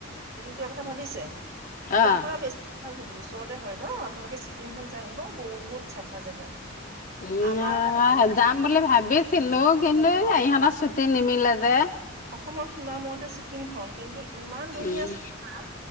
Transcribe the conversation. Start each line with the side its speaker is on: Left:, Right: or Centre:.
Right: যোৱা কথা ভাবিছে
Left: অ
Right: তাৰ পৰাৰা বেছি হয় কিন্তু ওচৰতে হয় ন আপোনালোকে ছিক্িম খন চাই আহিব বহুত চাফা জেগা
Left: উ
Right: আমাৰ
Left: যাম বুলি ভাবিছিলো কিন্তুহঁতৰ চুট নিমিলতেে
Right: অসমৰ সীমা মৰতে ছিকিম খন কিন্তু ইমান ধুনীয়া
Left: উম
Right: চা